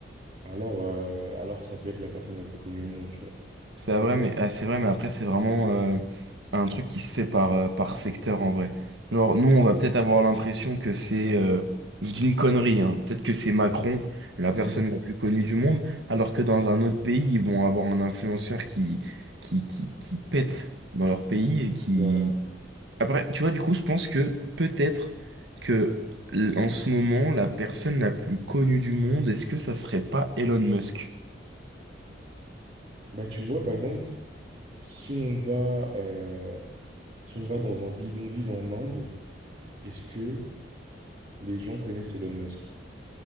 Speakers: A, on the right; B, on the right.
A: alors, euh, alors ça peut être la personne la plus connue au monde, tu vois.
B: c'est
A: Genre,
B: vrai, mais ah, c'est vrai, mais après c'est vraiment euh, un truc qui se fait par euh, par secteur en vrai. Genre nous, on va peut-être avoir l'impression que c'est, euh, je dis une connerie, hein, peut-être que c'est Macron, la
A: hmm,
B: personne la plus connue du monde, alors que dans un autre pays, ils vont avoir un influenceur qui qui qui, qui pète dans leur pays et qui.
A: c'est vrai.
B: Après, tu vois, du coup, je pense que peut-être que l- en ce moment, la personne la plus connue du monde, est-ce que ça serait pas Elon Musk?
A: Bah, tu vois, par exemple, si on va, euh, si on va dans un bidonville en Inde, est-ce que les gens connaissent Elon Musk?